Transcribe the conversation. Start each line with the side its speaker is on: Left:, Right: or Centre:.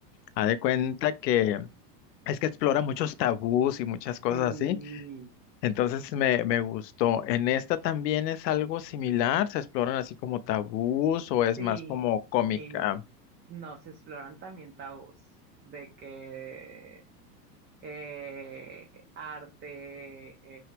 Left: Haz de cuenta que es que explora muchos tabús y muchas cosas
Right: Sí,
Left: así. Entonces me, me gustó. En esta también es algo similar. Se exploran así como tabús o es
Right: sí,
Left: más como cómica.
Right: sí, no. No, se exploran también tabús de que eh, arte,